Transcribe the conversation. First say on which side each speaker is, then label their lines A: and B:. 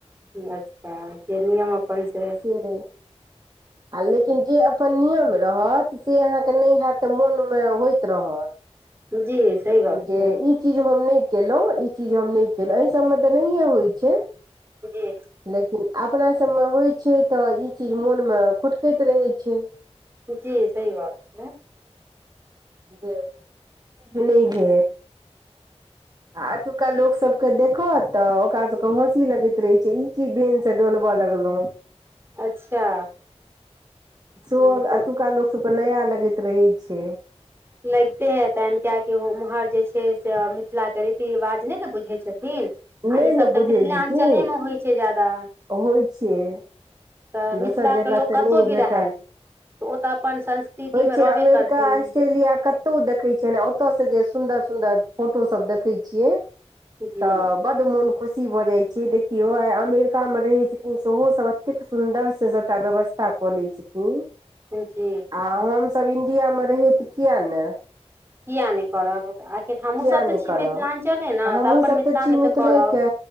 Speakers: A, on the right; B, on the right.
A: अच्छा जे नियम अपन से
B: पेरै आ लेकिन जे अपन नियम रहत से अहाँके नय हैत तऽ मोनमे होइत रहत
A: जी सही गप छै
B: जे ई ई चीज हम नय केलौं ई चीज हम नय केलौं एहि सबमे तऽ नहियें होइ छै
A: जी
B: लेकिन अपनासभमे होइ छै तऽ ई चीज मोनमे खुटकैत रहै छै।
A: जी सही बात छै।
B: जे नय भेल आ एतुका लोक सब के देखत तऽ ओकरा सब के हँसी लगैत रहे छै ई की बेंच दोलब लगलो
A: अच्छा
B: सोहो
A: लेकिन
B: अब एतुका लोकसभके नया लगैत रहै छै
A: लगिते हेतैन कियेकि ओम्हर जे छै से मिथिलाके रीति रिवाज नय ने बुझै छथिन
B: नहि
A: आ ईसभ
B: ने बुझै
A: तऽ मिथिलाञ्चलेमे
B: छथिन
A: होइ छै ज्यादा
B: होइ छियै
A: तऽ मिथिलाके
B: दोसर जगह
A: लोक
B: तऽ
A: कतहु
B: नय
A: भी
B: भेटल
A: रहथि तऽ ओ तऽ अपन संस्कृतिमे
B: होइ छै
A: रहबे
B: अमेरिका
A: करथिन
B: ऑस्ट्रेलिया कत कतहु देखै छियै ने ओतय से जे सुंन्दर सुंन्दर फोटो सब देखै छियै
A: जी
B: तऽ बड्ड मोन खुशी भऽ जाइ छै देखियौ आइ अमेरिका मे रहै छथिन से ओहो सब एतेक सुन्दर से सबटा व्यवस्था कऽ ले छथिन
A: जी
B: आ हम सब इंडिया मे रहै तऽ किये नय।
A: किये नय करब। आखिर हमहूँ
B: किया
A: सभ तऽ
B: नहि
A: छी
B: करब
A: मिथिलाञ्चले ने
B: हमहूँ
A: तऽ अपन
B: सब
A: मिथिलामे
B: छी मिथिलेके
A: तऽ करब